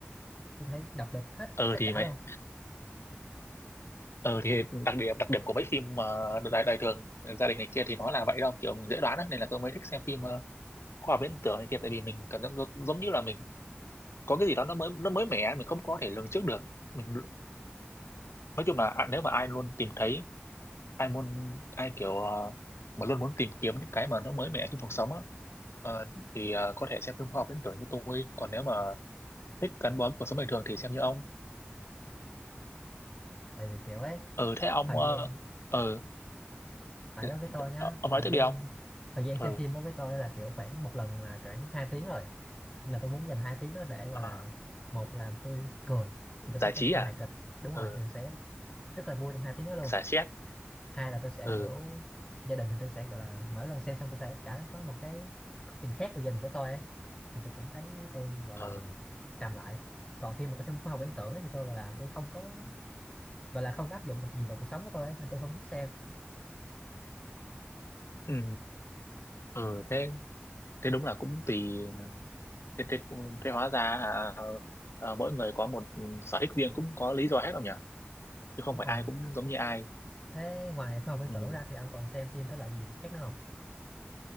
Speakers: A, on the left (about 20°); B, on the left (about 80°).
A: tôi thấy đọc được hết
B: Ừ
A: tất
B: thì
A: cả
B: mày
A: luôn
B: ừ thì đặc điểm đặc điểm của mấy phim uh, đời đời thường gia đình này kia thì nó là vậy đâu kiểu mình dễ đoán á, nên là tôi mới thích xem phim ờ, khoa học viễn tưởng này kia tại vì mình cảm giác giống giống như là mình có cái gì đó nó mới nó mới mẻ mình không có thể lường trước được mình nói chung là à, nếu mà ai luôn tìm thấy ai muốn ai kiểu ờ, mà luôn muốn tìm kiếm những cái mà nó mới mẻ trong cuộc sống á ờ, thì ờ, có thể xem phim khoa học viễn tưởng như tôi còn nếu mà thích gắn bó với cuộc sống bình thường thì xem như ông
A: tại vì kiểu ấy
B: ừ thế ông
A: thời
B: ờ,
A: gian
B: ừ
A: tại
B: thế-
A: đó với tôi nhá
B: ờ, ông
A: thời
B: nói tiếp
A: gian
B: đi ông
A: thời gian
B: ừ
A: xem phim đó với tôi là kiểu khoảng một lần là khoảng 2 tiếng rồi nên là tôi muốn dành 2 tiếng đó để gọi
B: ờ,
A: là một là tôi cười thì tôi
B: giải
A: thích xem
B: trí
A: phim
B: à
A: hài kịch đúng
B: ừ
A: rồi thì sẽ rất là vui trong hai tiếng đó luôn
B: giải stress
A: hai là tôi sẽ
B: ừ
A: kiểu gia đình thì tôi sẽ gọi là mỗi lần xem xong tôi sẽ cả có một cái nhìn khác về gia đình của tôi ấy. thì tôi cũng thấy tôi gọi là
B: ừ
A: trầm lại còn khi mà tôi xem khoa học viễn tưởng ấy, thì tôi gọi là tôi không có gọi là không có áp dụng được gì vào cuộc sống của tôi ấy, nên tôi không thích xem
B: ừ ừ thế thế đúng là cũng tùy thế, thế, thế hóa ra à, ờ, mỗi người có một ừ, sở thích riêng cũng có lý do hết không nhỉ chứ không
A: đúng
B: phải
A: rồi
B: ai cũng giống như ai
A: thế ngoài khoa học viễn
B: ừ.
A: tưởng ra thì ông còn xem phim thể loại gì khác nữa không